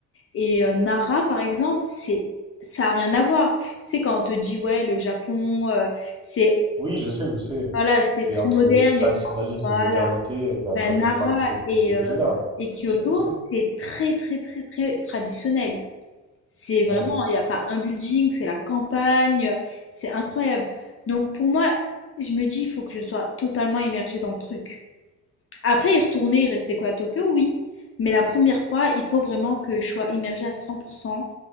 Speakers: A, on the left; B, on the right.
A: et euh, Nara, par exemple, c'est ça n'a rien à voir. Tu sais, quand on te dit, ouais, le Japon, euh, c'est
B: Oui, je sais, je sais.
A: voilà, c'est
B: C'est
A: très
B: entre
A: moderne.
B: traditionnalisme
A: Et... Voilà.
B: et modernité. Bah,
A: Ben,
B: ça,
A: Nara
B: il parle de ces, de
A: et,
B: ces villes-là.
A: euh, et Kyoto,
B: Je sais, je sais.
A: c'est très, très, très, très traditionnel. C'est vraiment,
B: Ouais, ouais.
A: il n'y a pas un building, c'est la campagne, c'est incroyable. Donc pour moi, je me dis, il faut que je sois totalement immergée dans le truc. Après, y retourner et rester quoi à Tokyo, oui. Mais la première fois, il faut vraiment que je sois immergée à 100%